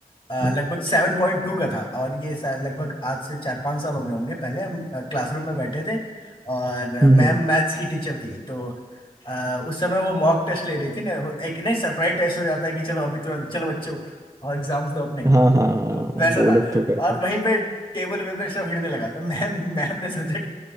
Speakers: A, on the left; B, on the right.
A: अ,
B: हाँ
A: लगभग सेवन पॉइंट टू का था और ये शायद लगभग आज से चार पांच साल हो गए होंगे पहले हम अह, क्लासरूम में बैठे थे और
B: हम्म
A: मैम
B: हम्म
A: मैथ्स की टीचर थी तो अ, उस समय वो मॉक टेस्ट ले रही थी ना एक नहीं सरप्राइज टेस्ट हो जाता है कि चलो अभी तुरंत चलो बच्चों और एग्जाम्स दो
B: हाँ हाँ हाँ
A: तो वैसा
B: वो
A: था
B: लोग तो करते
A: और वहीं पे टेबल पे पे सब हिड़ने लगा तो मैम मैम ने सोचा कि